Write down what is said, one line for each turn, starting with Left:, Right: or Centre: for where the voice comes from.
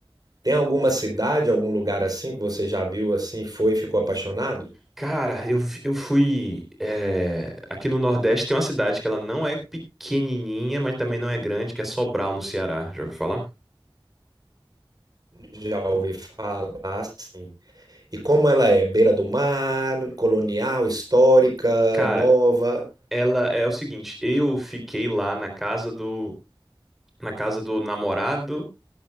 Right: Tem alguma cidade, algum lugar assim que você já viu assim, foi e ficou apaixonado?
Centre: Cara, eu, vi- eu fui. é, aqui no Nordeste tem uma cidade que ela não é pequenininha, mas também não é grande, que é Sobral, no Ceará. Já ouviu falar?
Right: Já ouvi falar assim. E como ela é? Beira do mar, colonial, histórica,
Centre: Cara,
Right: é nova?
Centre: ela é o seguinte: eu fiquei lá na casa do, na casa do namorado